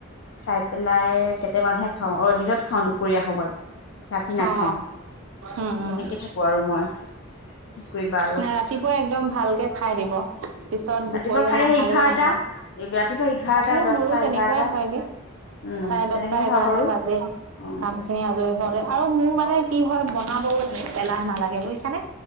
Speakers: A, on the left (about 65°); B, on the right (about 85°).
A: খাই পেলাই হে খাওঁ অ দিনত খাওঁ দুপৰীয়া সময়ত ৰাতি নাখাওঁ
B: অ উম উম
A: তেনেকে থাকো আৰু মই কি কৰিবা আৰু
B: নাই ৰাতিপুৱাই একদম ভালকে খাই দিব। পিছত দুপৰীয়া
A: ৰাতিপুৱা খাই
B: নাখালেও
A: সেই এঘাৰটা
B: নাই বাওঁ
A: ৰাতিপুৱা এঘাৰটা
B: অ
A: দহটা
B: মোৰো তেনেকুৱাই
A: এঘাৰটা
B: হয়গে
A: উম
B: চাৰে
A: তেনেকেহে
B: দহটা এঘাৰটা
A: খাব পাৰো
B: বাজে
A: অ
B: কাম খিনি আজৰি হোৱালে আৰু মোৰ মানে কি হয় বনাবও এলাহ নালাগে বুজিছানে